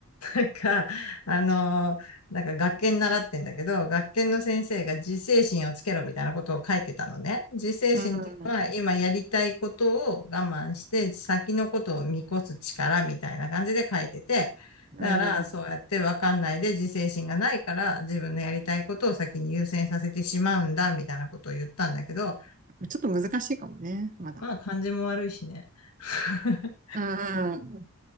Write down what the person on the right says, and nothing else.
うん、
うん、
ちょっと難しいかもね、まだ。
うん